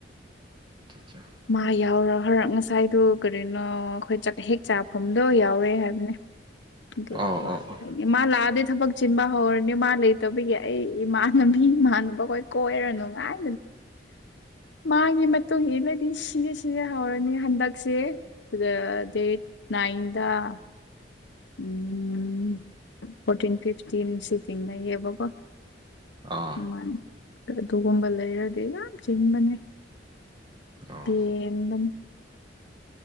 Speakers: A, on the right; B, on the left.
A: <unintelligible>
B: ꯃꯥ ꯌꯥꯎꯔ ꯍꯔꯛ ꯉꯁꯥꯏꯗꯨ ꯀꯔꯤꯅꯣ ꯑꯈꯣꯏ ꯆꯥꯛ ꯍꯦꯛ ꯆꯥꯐꯝꯗꯣ ꯌꯥꯎꯔꯦ ꯍꯥꯏꯕꯅꯦ ꯑꯗꯨ
A: ꯑꯣ ꯑꯣ
B: ꯂꯥꯛ
A: ꯑꯣ ꯑꯣ
B: ꯃꯥ ꯂꯥꯛꯑꯗꯤ ꯊꯕꯛ ꯁꯤꯟꯕ ꯍꯧꯔꯅꯤ ꯃꯥ ꯂꯩꯇꯕꯤꯒꯤ ꯑꯩ ꯏꯃꯥꯟꯅꯕꯤ ꯏꯃꯥꯟꯅꯕꯈꯣꯏ ꯀꯣꯏꯔ ꯅꯨꯉꯥꯏ ꯃꯥꯒꯤ ꯃꯇꯨꯡ ꯏꯜꯂꯗꯤ ꯁꯤꯒꯦ ꯁꯤꯒꯦ ꯍꯧꯔꯅꯤ ꯍꯟꯗꯛꯁꯦ ꯗꯦꯠ ꯅꯥꯏꯟꯗ ꯎꯝ ꯐꯣꯔꯇꯤꯟ ꯐꯤꯐꯇꯤꯟ ꯁꯤꯇꯤꯡ ꯂꯩꯌꯦꯕꯀꯣ
A: ꯑ
B: ꯑꯗꯨꯃꯥꯢ ꯑꯗꯨꯒꯨꯝꯕ ꯂꯩꯔꯗꯤ ꯌꯥꯝ ꯆꯤꯟꯕꯅꯦ
A: ꯑꯣ
B: ꯄꯦꯟꯕꯅꯤ